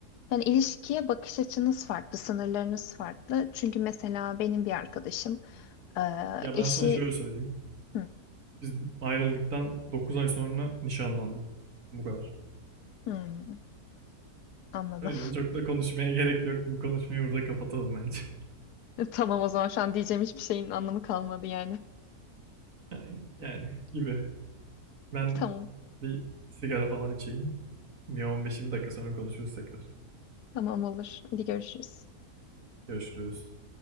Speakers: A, on the left; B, on the right.
A: Yani ilişkiye bakış açınız farklı, sınırlarınız farklı. Çünkü mesela benim bir arkadaşım e,
B: Ya
A: eşi
B: ben sana şöyle söyleyeyim.
A: Hı,
B: Biz ayrıldıktan 9 ay sonra nişanlandı. Bu kadar.
A: hı, anladım.
B: O yüzden çok da konuşmaya <laughs> gerek yok. Bu konuşmayı burada kapatalım bence. <laughs>
A: <laughs> Tamam o zaman şu an diyeceğim hiçbir şeyin anlamı kalmadı yani.
B: Yani, yani gibi. Ben
A: <laughs> Tamam,
B: bir sigara falan içeyim. Bir on beş 20 dakika sonra konuşuruz tekrar.
A: tamam olur. Hadi görüşürüz.
B: Görüşürüz.